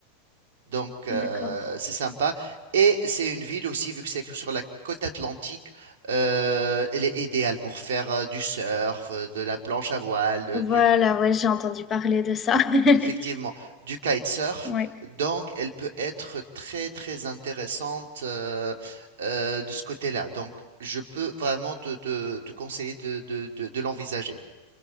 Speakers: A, on the right; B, on the left.
A: Donc, euh,
B: d'accord.
A: c'est sympa. Et c'est une ville aussi, vu que c'est sur la côte atlantique, euh, elle est idéale pour faire euh, du surf, euh, de la planche à voile, euh,
B: Voilà,
A: du,
B: ouais, j'ai entendu parler de ça.
A: effectivement,
B: <laughs>
A: du kitesurf.
B: Ouais.
A: Donc, elle peut être très, très intéressante euh, euh, de ce côté-là. Donc, je peux vraiment te, te- te conseiller de de- de- de l'envisager.